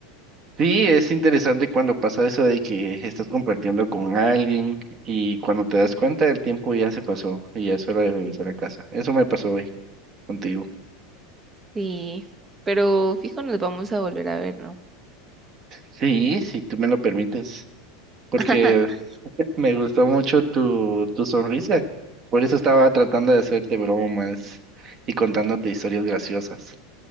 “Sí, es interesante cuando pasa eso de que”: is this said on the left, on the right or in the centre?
Right